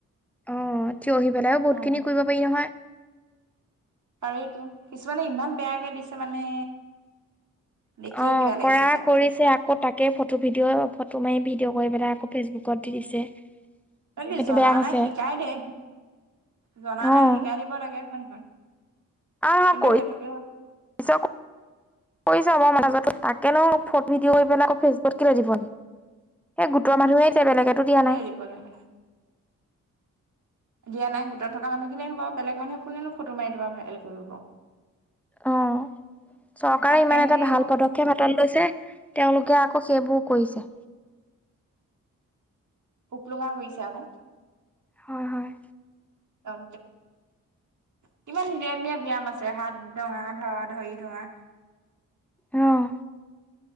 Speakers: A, in the centre; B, on the right (about 55°).
A: অ, থিয় হৈ পেলাইও বহুত
B: অ
A: খিনি কৰিব পাৰি নহয়।
B: পাৰিতো কিছুমানে ইমান বেয়াকে দিছে মানে দেখিয়ে
A: অ
B: কিবা লাগিছে
A: কৰা
B: পাই
A: কৰিছে আকৌ তাকে ফটো ভিডিঅ' ফটো মাৰি ভি ভিডিঅ কৰি পেলাই আকৌ ফেচবুকত দি দিছে।
B: <unintelligible>
A: সেইটো
B: জনা
A: বেয়া হৈছে
B: নাই শিকাই দে জনা
A: অ',
B: নাই শিকাই দিব লাগে হয় নহয়।
A: অ,
B: কিন্তু
A: কৰি
B: সেইটোকে
A: <unintelligible> কৰি চাব <unintelligible> তাকে ন, ফ্ৰদ ভিডিঅ' কৰি পেলাই আকৌ ফেচবুত কেলে দিব আহি এ গোটৰ মানুহেই বেলেগেতো দিয়া
B: এৰি
A: নাই
B: দিব লাগে দিয়া নাই গোটত থকা মানুহখিনিয়ে হ'ব বেলেগ মানুহ কোনেনো ফটো মাৰি তোমাৰ ভাইৰেল কৰিব?
A: অ', চৰকাৰে
B: আৰু
A: ইমান
B: সিহঁতে
A: এটা ভাল
B: এইবোৰ
A: পদক্ষেপ হাতত লৈছে তেওঁলোকে আকৌ সেইবোৰ কৈছে
B: উ প্লঙা কৰিছে আকৌ
A: হয়-হয়
B: <unintelligible> কিমান ধুনীয়া -ধুনীয়া ব্যয়াম আছে হাত দঙা ধৰা-ধৰি ধৰা
A: অহ,